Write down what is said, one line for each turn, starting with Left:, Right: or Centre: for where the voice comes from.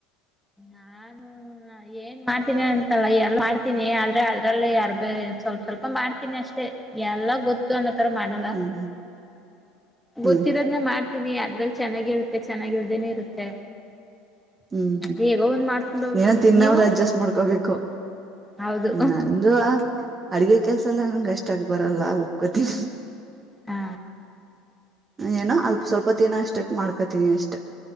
Centre: ನಾನು ಹ ಏನ್ ಮಾಡ್ತೀನಿ ಅಂತಲ್ಲ ಎಲ್ ಮಾಡ್ತೀನಿ ಆದ್ರೆ ಅದ್ರಲ್ಲಿ ಯಾರ್ ಬೇ ಸ್ವಲ್ಪ ಸ್ವಲ್ಪ ಮಾಡ್ತೀನಿ ಅಷ್ಟೇ ಎಲ್ಲ ಗೊತ್ತು ಅನ್ನ ತರ ಮಾಡಲ್ಲ
Right: ಹ್ಮ್
Centre: ಗೊತ್ತಿರೋದ್ನ
Right: ಹ್ಮ್
Centre: ಮಾಡ್ತೀನಿ ಅದ್ರಲ್ಲಿ ಚೆನ್ನಾಗಿರುತ್ತೆ ಚೆನ್ನಾಗಿಲ್ದೇನೆ ಇರುತ್ತೆ
Right: ಹ್ಮ್ ಹ್ಮ್
Centre: ಹೇಗೋ ಒಂದ್ ಮಾಡ್ಕೊಂಡು ಹೋಗ್ತೀನಿ
Right: ಏನೊ ತಿನ್ನವ್ರ
Centre: ನೀವು
Right: ಅಡ್ಜಸ್ಟ್ ಮಾಡ್ಕೋಬೇಕು
Centre: ಹೌದು
Right: ನಂದು ಅಡ್ಗೆ ಕೆಲ್ಸ ಎಲ್ಲ ನಂಗ ಅಷ್ಟಕ್ ಬರಲ್ಲ ಒಪ್ಕೊತನಿ
Centre: ಹಾ
Right: ಏನೋ ಅಲ್ಪ ಸ್ವಲ್ಪ ದೀನ ಅಷ್ಟಕ್ ಮಾಡ್ಕೊತೀನಿ ಅಷ್ಟೇ